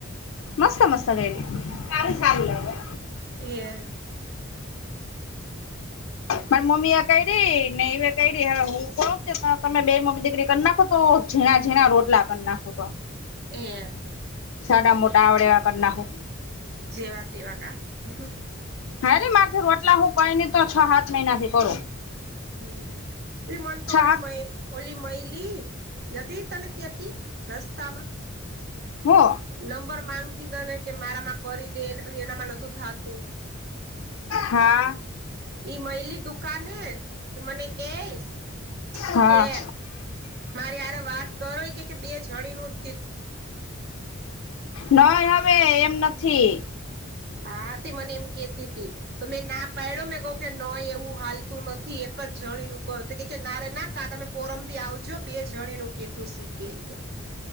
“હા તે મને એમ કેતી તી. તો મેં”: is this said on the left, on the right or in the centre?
Right